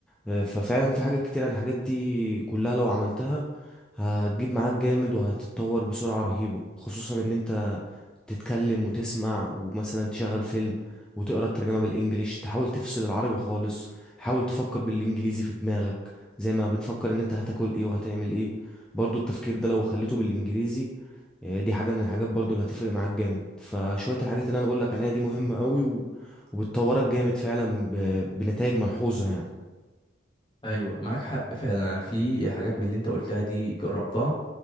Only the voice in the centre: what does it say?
آه، ففعلا في حاجات كتير الحاجات دي كلها لو عملتها هتجيب معاك جامد وهتتطور بسرعة رهيبة خصوصا ان انت تتكلم وتسمع ومثلا تشغل فيلم وتقرا الترجمة بالانجليش تحاول تفصل العربي خالص حاول تفكر بالانجليزي في دماغك زي ما بتفكر ان انت هتاكل ايه وهتعمل ايه برضو التفكير ده لو خليته بالانجليزي آه، دي حاجة من الحاجات برضو اللي هتفرق معاك جامد فشوية الحاجات اللي انا بقولك عليها دي مهمة قوي و... وبتطورك جامد فعلا ب... بنتائج ملحوظة يعني